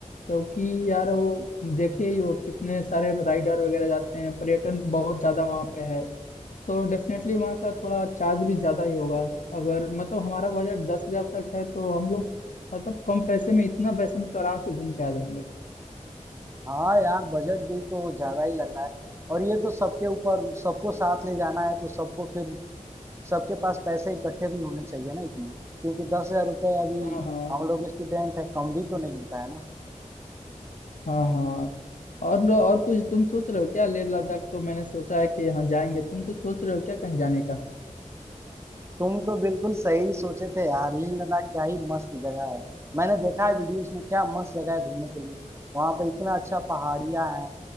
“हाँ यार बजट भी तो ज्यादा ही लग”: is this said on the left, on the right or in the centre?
Right